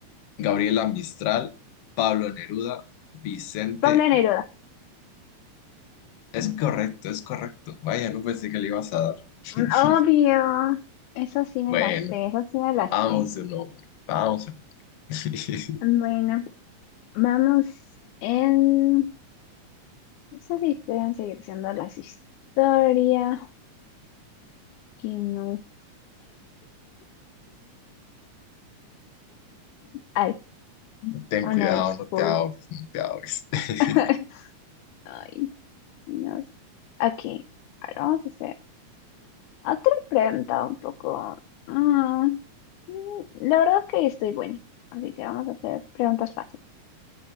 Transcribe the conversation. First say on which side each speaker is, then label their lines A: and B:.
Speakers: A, on the left; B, on the left.
A: Gabriela Mistral, Pablo Neruda, Vicente.
B: Pablo Neruda.
A: Hugo. Es correcto, es correcto. Vaya, no pensé que le ibas a dar. <laughs>
B: Mm, Obvio. Eso sí me
A: Bueno.
B: la sé, eso sí me la
A: Vamos
B: sé.
A: de nuevo, vamos de nuevo. <laughs>
B: Bueno, vamos en... No sé si pueden seguir siendo las historias. Que no. Ay.
A: Ten
B: Una
A: cuidado,
B: disculpa.
A: no te ahogues, no te ahogues. <laughs>
B: <laughs> Ay, no sé. Aquí, ahora vamos a hacer otra pregunta un poco. mm, mm, la verdad es que estoy buena, así que vamos a hacer preguntas fáciles.